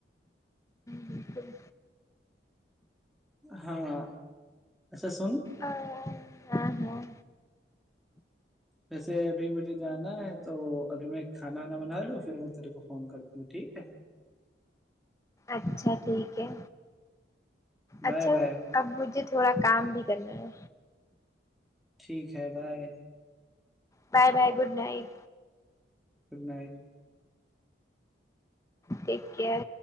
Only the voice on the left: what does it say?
بالکل
ا ہاں ہاں
اچھا ٹھیک ہے
اچھا
اب مجھے تھوڑا کام بھی کرنا ہے
bye bye good night
take care